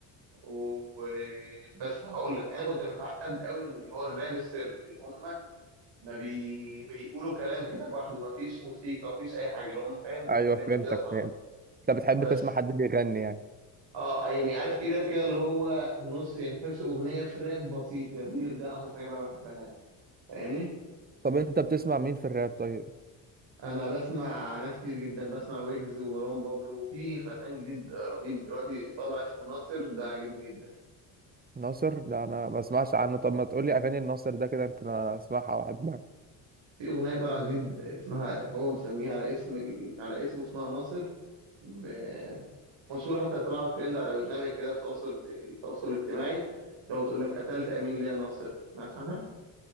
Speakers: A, on the right; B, on the right.
A: وبس هقول لك انا كنت متعقد قوي من اللي هو الراب الصرف اللي هم ما بي... بيقولوا كلام كده لوحده ما فيش موسيقى ما فيش اي حاجه اللي هم فاهم بيتكلموا
B: ايوه فهمتك
A: كده وخلاص
B: فهمت انت بتحب
A: بس
B: تسمع حد بيغني يعني
A: اه آه، يعني عارف في راب كده اللي هو نص يعني تحس اغنيه في راب بسيط يعني دي- ده اكتر حاجه بقى بحبها فاهمني
B: طب انت بتسمع مين في الراب طيب
A: انا بسمع ناس كتير جدا بسمع ويجز ومروان بابلو وفي فنان جديد رهيب دلوقتي طالع اسمه ناصر ده عاجبني جدا
B: ناصر لا انا ما بسمعش عنه طب ما تقولي اغاني الناصر ده كده يمكن اسمعها واحبها
A: في اغنيه طالعه جديد اسمها هو مسميها على اسم ال... على اسمه اسمها ناصر ب... مشهوره حتى طلعت ترند على برنامج كده في التواصل التواصل الاجتماعي لو بتقول لك قتلت امين ليه يا ناصر تسمعش عنها